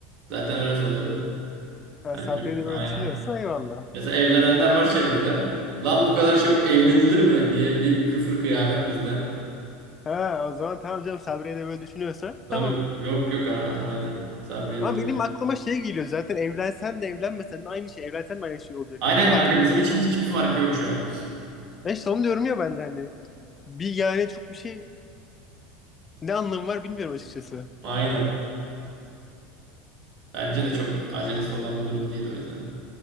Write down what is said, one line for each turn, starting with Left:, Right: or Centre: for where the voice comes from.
Right: Zaten öyle söyledi.
Left: Ha,
Right: Bence
Left: Sabri'ye de böyle
Right: aynen.
Left: düşünüyorsa eyvallah.
Right: Mesela evlenenler var çevrede. Lan bu kadar çabuk evlenilir mi diye bir küfür kıyamet bizde.
Left: Ha, o zaman tamam canım Sabri'ye de böyle düşünüyorsa
Right: Tabii
Left: tamam.
Right: yok yok a- aynen. Sabriye
Left: Ama
Right: de öyle.
Left: benim aklıma şey geliyor zaten evlensen de evlenmesen de aynı şey. Evlensen de aynı şey olacak
Right: Aynen
Left: yani ne fark
Right: kanka
Left: var?
Right: bizim için hiçbir farkı yok şu an.
Left: Ben işte onu diyorum ya ben de hani. Bir yani çok bir şey ne anlamı var bilmiyorum açıkçası.
Right: Aynen. Bence de çok acelesi olan bir durum değil o yüzden.